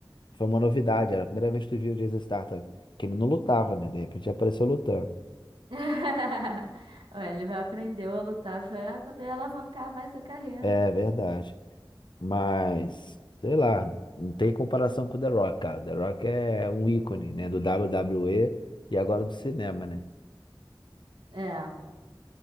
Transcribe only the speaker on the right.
<laughs> Ué, Ele vai aprender a lutar pra poder alavancar mais a carreira.
É,